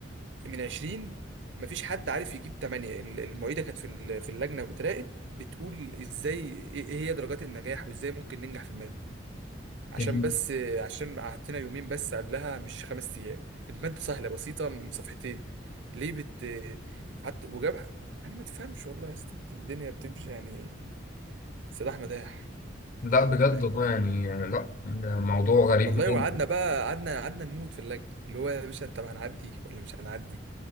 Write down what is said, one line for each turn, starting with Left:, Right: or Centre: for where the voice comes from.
Right: من 20 مفيش حد عارف يجيب 8 المعيدة كانت في ال- في اللجنة بتراقب بتقول ازاي ايه إيه هي درجات النجاح وازاي ممكن ننجح في المادة عشان
Left: هي دي
Right: بس آه، عشان قعدتنا يومين بس قبلها مش خمس ايام المادة سهلة بسيطة م- صفحتين ليه بت حتى وجاب يعني ما تفهمش والله يا اسطى الدنيا بتمشي يعني سداح مداح
Left: لا بجد
Right: فاهم؟
Left: والله يعني يعني لا ده موضوع غريب
Right: والله
Left: ممكن
Right: وقعدنا بقى قعدنا قعدنا نموت في اللجنه اللي هو يا باشا طب هنعدي ولا مش هنعدي